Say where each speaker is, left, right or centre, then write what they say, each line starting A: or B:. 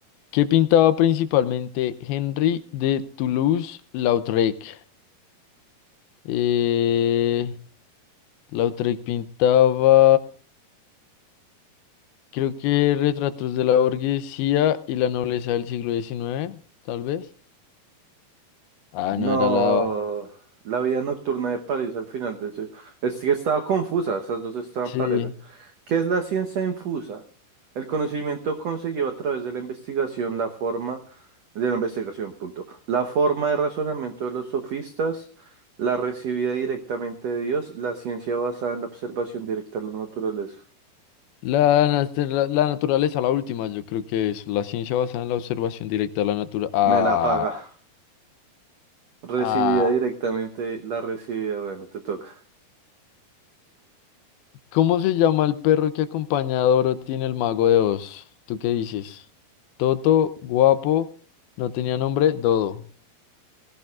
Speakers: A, on the left; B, on the right.
A: ¿Qué pintaba principalmente Henry de Toulouse-Lautrec? Eh, Lautrec pintaba, creo que retratos de la burguesía y la nobleza del siglo diecinueve, tal vez. Ah,
B: No,
A: no era la
B: la vida nocturna de París al final del siglo. Es que estaba confusa, esas dos estaban
A: Sí.
B: parejas. ¿Qué es la ciencia infusa? El conocimiento conseguido a través de la investigación, la forma de la investigación, punto. La forma de razonamiento de los sofistas, la recibida directamente de Dios, la ciencia basada en la observación directa de la naturaleza.
A: La, nat- la, la naturaleza, la última, yo creo que es la ciencia basada en la observación directa de la naturaleza. Ah,
B: Me la paga. Recibida
A: ah.
B: directamente, la recibida, bueno, te toca.
A: ¿Cómo se llama el perro que acompaña a Dorothy en el Mago de Oz? ¿Tú qué dices? Toto, guapo, no tenía nombre, Dodo.